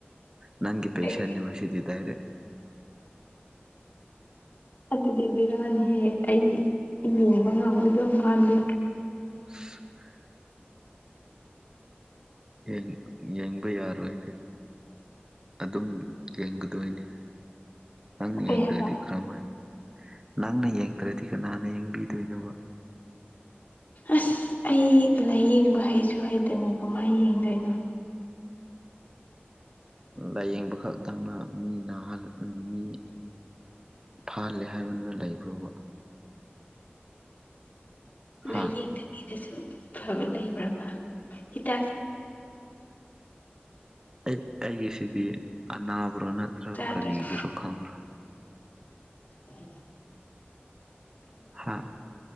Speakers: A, on the right; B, on the left.
A: ꯅꯪꯒꯤ ꯄꯦꯁꯦꯟꯅꯦꯕ
B: ꯑꯩ
A: ꯁꯤꯗꯤ ꯗꯥꯏꯔꯦꯛ
B: ꯑꯗꯨꯗꯤ ꯕꯤꯔꯥꯅꯤꯍꯦ ꯑꯩ ꯌꯦꯡꯕ ꯉꯝꯒꯗꯕ ꯃꯥꯥꯟꯗꯦ
A: <inaudible> ꯎꯝ ꯌꯦꯡꯕ ꯌꯥꯔꯣꯏꯗꯤ ꯑꯗꯨꯝ ꯌꯦꯡꯒꯗꯣꯏꯅꯤ ꯅꯪꯅ
B: ꯀꯩ
A: ꯌꯦꯡꯗ꯭ꯔꯗꯤ
B: ꯍꯥꯏꯕ
A: ꯀꯔꯝ ꯑꯣꯏ ꯅꯪꯅ ꯌꯦꯡꯗ꯭ꯔꯗꯤ ꯀꯅꯥꯅ ꯌꯦꯡꯕꯤꯗꯣꯏꯅꯣꯕ
B: ꯑꯁ ꯑꯩ ꯂꯥꯏꯌꯦꯡꯕ ꯍꯩꯁꯨ ꯍꯩꯇꯅꯤ ꯀꯃꯥꯏꯅ ꯌꯦꯡꯗꯣꯏꯅꯣ
A: ꯂꯥꯏꯌꯦꯡꯕ ꯈꯛꯇꯪꯅ ꯃꯤ ꯅꯥꯍꯜ ꯃꯤ ꯐꯍꯜꯂꯦ ꯍꯥꯏꯕꯅꯤꯅ ꯂꯩꯕ꯭ꯔꯣꯕ
B: ꯂꯥꯏꯌꯦꯡꯗꯕꯤꯗꯁꯨ
A: ꯍꯥ
B: ꯐꯕ ꯂꯩꯕ꯭ꯔꯕ ꯍꯤꯗꯥꯛ
A: ꯑꯩ ꯑꯩꯒꯤꯁꯤꯗꯤ ꯑꯅꯥꯕ꯭ꯔꯣ ꯅꯠꯇ꯭ꯔꯥ
B: ꯆꯥꯗ꯭ꯔꯁꯨ
A: ꯀꯔꯤꯒꯤꯔꯣ ꯈꯪꯕ꯭ꯔꯣ
B: ꯎ
A: ꯍꯥ